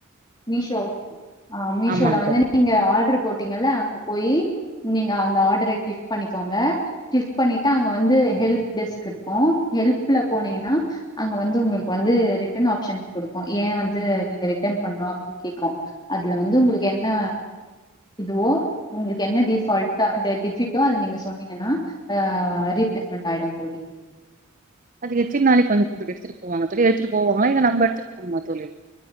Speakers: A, on the left; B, on the right.
A: மீஷோ ஆ மீஷோல
B: ஆமாங்க
A: வந்து
B: தோழி
A: நீங்க ஆர்ட்ரு போட்டீங்கல்ல அங்க போயி நீ ங்க அந்த ஆடர கிளிக் பண்ணிக்கோங்க கிளிக் பண்ணிட்டு அங்க வந்து ஹெல்ப் டெஸ்க் இருக்கு ஹெல்ப்ல போனீங்கன்னா அங்க வந்து உங்களுக்கு வந்து ரிட்டர்ன் ஆப்ஷன் குடுக்கு யே வந்து நீங்க ரிட்டர்ன் பண்ணணு அப்டினு கேக்கு அதுல வந்து உங்களுக்கு என்ன இதுவோ உங்களுக்கு என்ன டீஃபால்ட்டா ட டிஃபிக்டோ அத நீங்க சொன்னீங்கன்னா ஆ ரீப்ளேஸ்மெண்ட் ஆயிடு தோழி
B: அது எத்தின் நாளைக்கி வந்து குடுத்துட்டு எடுத்துட்டு போவாங்க தோழி எடுத்துட்டு போவாங்களா இல்ல நம்ம எடுத்துட்டு போணுமா தோழி